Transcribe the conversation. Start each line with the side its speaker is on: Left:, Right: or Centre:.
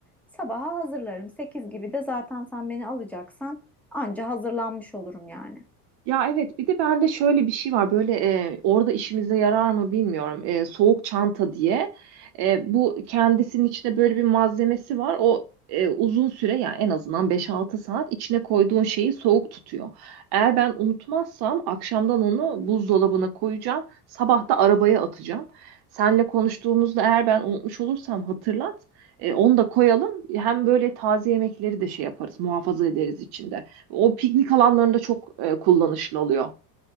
Centre: Sabaha hazırlarım. sekiz gibi de zaten sen beni alacaksan anca hazırlanmış olurum yani.
Right: Ya evet bir de bende şöyle bir şey var böyle e, orada işimize yarar mı bilmiyorum E, soğuk çanta diye E, bu kendisinin içinde böyle bir malzemesi var o e, uzun süre yani en azından beş altı saat içine koyduğun şeyi soğuk tutuyor. Eğer ben unutmazsam akşamdan onu buzdolabına koyacağım sabah da arabaya atacağım. Seninle konuştuğumuzda eğer ben unutmuş olursam hatırlat E, onu da koyalım hem böyle taze yemekleri de şey yaparız muhafaza ederiz içinde. O piknik alanlarında çok e, kullanışlı oluyor.